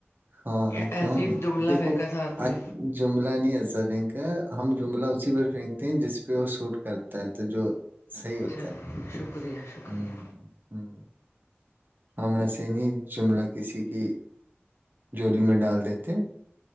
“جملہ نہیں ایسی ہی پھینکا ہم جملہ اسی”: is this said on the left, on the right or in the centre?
Right